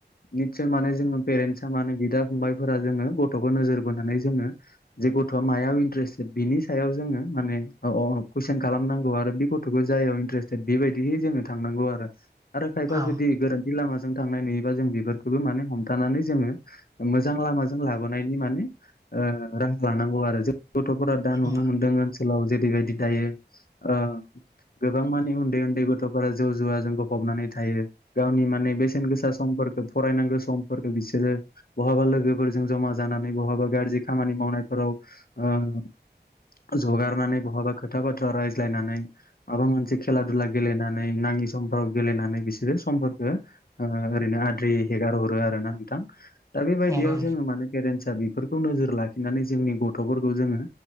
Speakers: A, on the left; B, on the right.
A: निसय माने जोङो पेरेन्टसआ मानो बि बिदा फंबायफोरा जोङो गथ'खौ नोजोर बोनानै जोंङो जि गथ'आ मायाव इन्टारेस्टे बिनि सायाव जोङो माने अ अ कुइसन खालामनांगौ आरो बे गथ'खौ जायाव इन्टारेस्टे बेबायदिहै जोंङो थांनांगौ आरो खायफा
B: ओं
A: जुदि गोरोन थि लामाजों थांनाय नुयोबा जों बेफोरखौबो माने हमथानानै जोङो मोजां लामाजों लाबोनायनि माने ओ राहा लानांगौ आरो जों गथ'फोरा दा नुनो
B: ओं
A: मोनदों ओनसोलाव जेरैबायदि दायो ओ गोबां मानि उन्दै उन्दै गथ'फोरा जौ जुवा जों गफबनानै थायो गावनि माने बेसेन गोसा समफोर खौ फरायनांगौ समफोरखौ बिसोरो बहाबा लोगोफोरजों जमा जानानै बहाबा गारजि खामानि मावनायफोराव ओ जगारनानै बहाबा खोथा बाथ्रा रायज्लायनानै माबा मोनसे खेला दुला गेलेनानै नाङि समफोराव गेलेनानै बिसोरो समफोरखो ओ ओरैनो आद्रि हेगारहरो आरोना नोंथां दा बेबायदियाव
B: नंगौ नोंथां
A: जोङो माने गेरेन्सा बेफोरखौ नोजोर लाखिनानै जोंनि गथ'फोरखौ जोङो